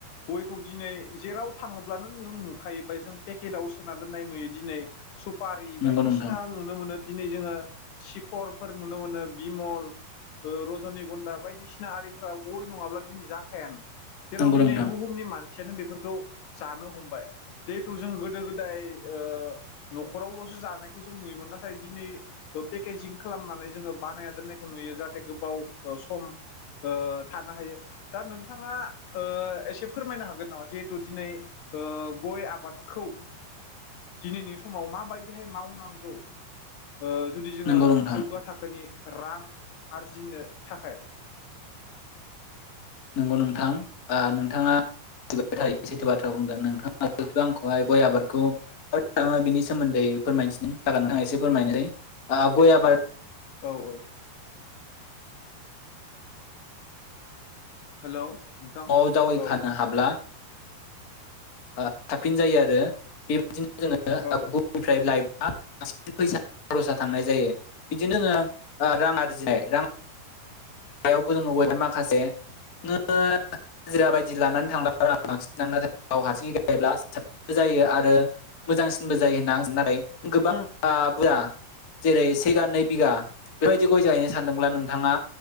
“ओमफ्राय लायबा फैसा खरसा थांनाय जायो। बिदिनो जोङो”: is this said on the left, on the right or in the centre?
Left